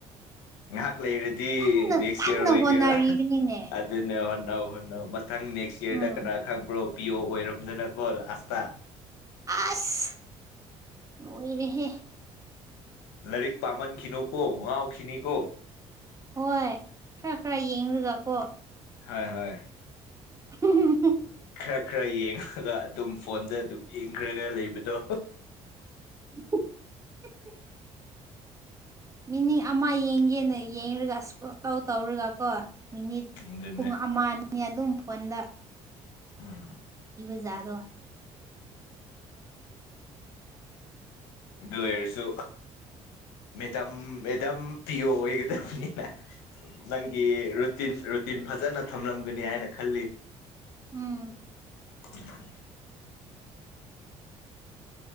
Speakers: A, on the left; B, on the right.
A: ꯉꯥꯏꯍꯥꯛ ꯂꯩꯔꯗꯤ
B: ꯀꯟꯅ
A: ꯅꯦꯛꯁ
B: ꯀꯟꯅ
A: ꯏꯌꯥꯔ ꯑꯣꯏꯒꯦꯔꯥ
B: ꯍꯣꯠꯅꯔꯤꯕꯅꯤꯅꯦ
A: ꯑꯗꯨꯅꯦ ꯍꯣꯠꯟꯅꯧ ꯍꯣꯟꯅꯧ ꯃꯊꯪ ꯅꯦꯛꯁ ꯌꯔꯗ
B: ꯎꯝ
A: ꯀꯅꯥ ꯈꯪꯕ꯭ꯔꯣ ꯄꯤꯌꯣ ꯑꯣꯏꯔꯝꯗꯅꯀꯣ ꯑꯁꯇꯥ
B: ꯑꯁ ꯑꯣꯏꯣꯏꯔꯤꯕꯍꯦ
A: ꯂꯥꯏꯔꯤꯛ ꯄꯥꯃꯟ ꯈꯈꯤꯅꯨ ꯀꯣ ꯉꯥꯎ ꯈꯈꯤꯅꯤ ꯀꯣ
B: ꯍꯣꯏ ꯈꯔ ꯈꯔ ꯌꯦꯡꯂꯡꯨꯔꯒ ꯀꯣ
A: ꯍꯣꯏ ꯍꯣꯏ
B: ꯑꯍꯍꯍ
A: ꯈꯔ ꯈꯔ ꯌꯦꯡꯉꯒ ꯑꯗꯨꯝ ꯐꯣꯟꯗ ꯑꯗꯨꯝ ꯌꯦꯡꯈ꯭ꯔꯒ ꯂꯩꯕꯗꯣ
B: ꯍꯍꯍꯥ ꯃꯤꯅꯤ ꯑꯃ ꯌꯦꯡꯒꯦꯅ ꯌꯦꯡꯔꯒ ꯄꯨꯡ ꯇꯧ ꯇꯧꯔꯒ ꯀꯣ ꯃꯤꯅꯤꯠ
A: ꯑꯗꯨꯅꯦ
B: ꯄꯨꯡ ꯑꯃ ꯑꯅꯤ ꯑꯗꯨꯝ ꯐꯣꯟꯗ
A: ꯑꯝ
B: ꯖꯗꯣ
A: ꯑꯗꯨ ꯑꯣꯏꯔꯁꯨ ꯃꯦꯗꯥꯝ ꯃꯦꯗꯥꯝ ꯄꯤꯌ ꯑꯣꯏꯒꯗꯕꯅꯤꯅ ꯅꯪꯒꯤ ꯔꯨꯇꯤꯟ ꯇꯤꯟ ꯐꯖꯅ ꯊꯝꯂꯝꯒꯅꯤ ꯍꯥꯏꯅ ꯈꯜꯂꯤ
B: ꯎꯝ
A: <unintelligible>